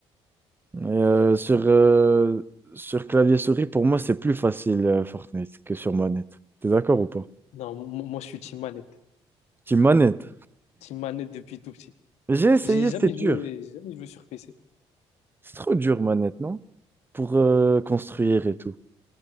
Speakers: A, on the right; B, on the left.
A: Et, euh, sur euh, sur clavier-souris, pour moi, c'est plus facile euh, Fortnite que sur manette. T'es d'accord ou pas?
B: Non, mo- mo- moi, je suis team manette.
A: Team manette.
B: Team manette depuis tout petit.
A: J'ai essayé,
B: J'ai jamais
A: c'est dur.
B: joué, j'ai jamais joué sur PC.
A: C'est trop dur, manette, non? Pour euh, construire et tout.